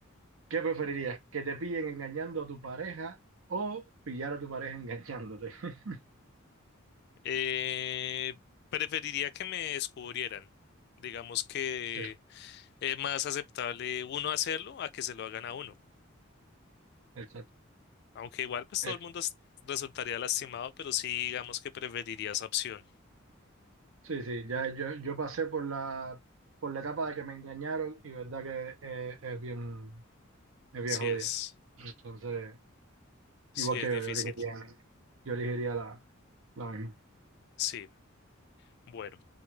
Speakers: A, on the right; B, on the left.
A: ¿qué preferirías? ¿Que te pillen engañando a tu pareja o pillar a tu pareja engañándote? <laughs>
B: Eh, preferiría que me descubrieran. Digamos que
A: Sí,
B: es más aceptable uno hacerlo a que se lo hagan a uno.
A: Exacto.
B: Aunque igual, pues
A: Eh,
B: todo el mundo s- resultaría lastimado, pero sí, digamos que preferiría esa opción.
A: Sí, sí, ya yo, yo pasé por la, por la etapa de que me engañaron y verdad que eh, es bien, es bien
B: Sí
A: jodida.
B: es,
A: Entonces,
B: sí
A: igual que
B: es difícil.
A: yo, yo elegiría, yo elegiría la, la misma.
B: Sí, bueno.